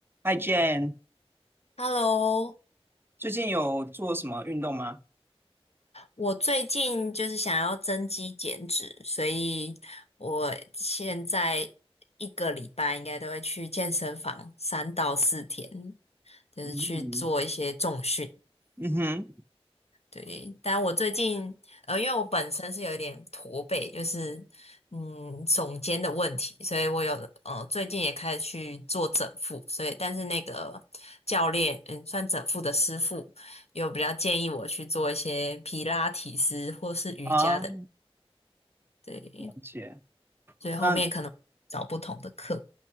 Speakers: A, on the right; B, on the left.
A: Hi Jane，
B: Hello，
A: 最近有做什么运动吗？
B: 我最近就是想要增肌减脂，所以我现在一个礼拜应该都会去健身房三到四天，就是去做一些重训。
A: 嗯嗯哼，
B: 对，但我最近呃，因为我本身是有一点驼背，就是嗯耸肩的问题，所以我有呃最近也开始去做整复，所以但是那个教练嗯算整复的师傅有比较建议我去做一些皮拉提斯或是瑜伽的，
A: 啊，
B: 对，
A: 了解。
B: 所以后面可能找不同的课。
A: 嗯，